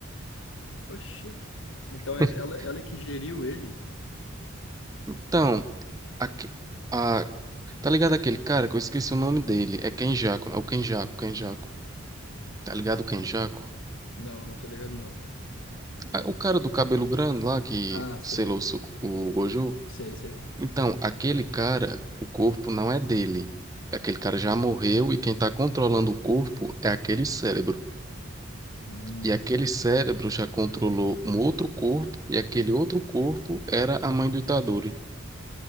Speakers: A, on the left; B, on the right.
A: Oxi. Então ela,
B: <laughs>
A: ela é que geriu ele?
B: Então, aque- a Tá ligado aquele cara que eu esqueci o nome dele? É Kenjaco, é o Kenjaco, Kenjaco. Tá ligado o Kenjaco?
A: Não, não tô ligado, não.
B: Ah, O cara do cabelo grande lá que
A: Ah, sei.
B: selou o, Suku- o Gojo.
A: Sei, sei.
B: Então, aquele cara, o corpo não é dele. Aquele cara já morreu e quem tá controlando o corpo é aquele cérebro.
A: Hum,
B: E aquele cérebro já controlou um outro corpo e aquele outro corpo era a mãe do Itadori.